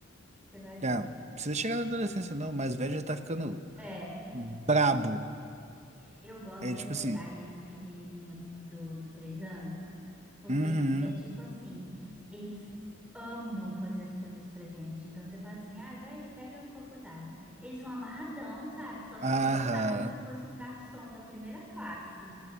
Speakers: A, in the centre; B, on the right (about 35°).
A: você vai ver.
B: Não, não precisa chegar na adolescência, não. O mais velho já tá ficando
A: É.
B: brabo.
A: Eu gosto
B: É
A: dessa
B: tipo assim.
A: idade assim pequenininha do, do três anos, porque
B: Uhum.
A: é tipo assim, eles amam fazer as coisas pra gente. Então você fala assim, ah, velho, pega um copo d'água. Eles vão amarradão, sabe? Só falta
B: Aham.
A: voltar como se fosse um garçom da primeira classe.